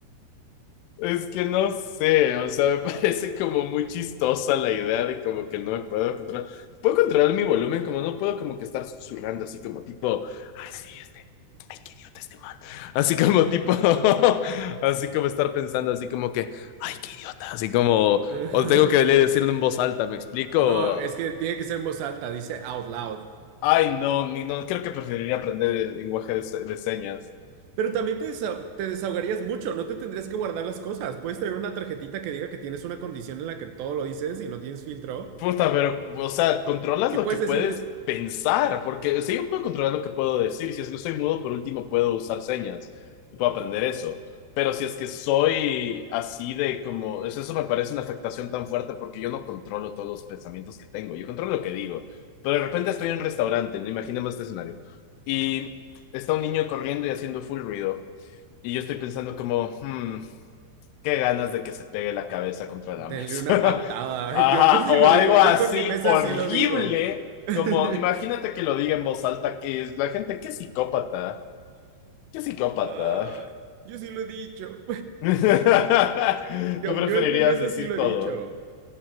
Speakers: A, on the left; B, on the right.
A: Es que no sé, o sea, <laughs> me parece como muy chistosa la idea de como que no me puedo controlar. Puedo controlar mi volumen, como no puedo como que estar susurrando así como tipo, ay, sí, este, ay, qué idiota este man. Así como tipo, <laughs> así como estar pensando así como que, ay, qué idiota, así como,
B: <laughs>
A: o tengo que decirlo en voz alta, ¿me explico?
B: No, es que tiene que ser en voz alta, dice out loud.
A: Ay, no, ni, no, creo que preferiría aprender el lenguaje de, se- de señas.
B: Pero también te, desa- te desahogarías mucho, no te tendrías que guardar las cosas. Puedes tener una tarjetita que diga que tienes una condición en la que todo lo dices y no tienes filtro.
A: Puta, pero, o sea, controlas
B: Y
A: lo
B: puedes
A: que puedes
B: decirle,
A: pensar, porque, o sea, yo puedo controlar lo que puedo decir. Si es que soy mudo, por último, puedo usar señas y puedo aprender eso. Pero si es que soy así de como, eso, eso me parece una afectación tan fuerte porque yo no controlo todos los pensamientos que tengo, yo controlo lo que digo. Pero de repente estoy en un restaurante, no imaginemos este escenario, y está un niño corriendo y haciendo full ruido. Y yo estoy pensando como, hmm, qué ganas de que se pegue la cabeza contra la
B: denle
A: mesa.
B: una
A: <laughs>
B: patada.
A: Ajá,
B: <laughs> Yo, yo sí
A: o
B: lo
A: algo
B: digo, yo
A: así
B: con mi mesa
A: horrible,
B: sí lo digo. <laughs>
A: como imagínate que lo diga en voz alta, que la gente, qué psicópata, qué psicópata.
B: Ay, yo sí lo he dicho.
A: <laughs> Tú
B: Yo,
A: preferirías
B: yo en mi mesa
A: decir
B: sí lo
A: todo.
B: he dicho.